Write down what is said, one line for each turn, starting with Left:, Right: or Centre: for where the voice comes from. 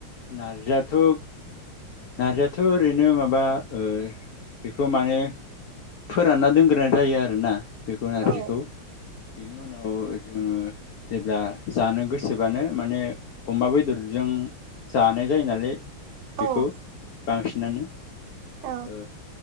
Left: नारजियाथ' नारजिआथ' ओरैनो माबा ओ बेखौ माने फोरानना दोनग्रोनाय जायो आरो ना बेखौ नारजिखौ
Right: औ
Left: बेनि उनाव जोङो जेब्ला जानो गोसोबानो माने अमा बेदरजों जानाय जायो नालाय
Right: औ
Left: बेखौ बांसिनानो
Right: औ
Left: ओ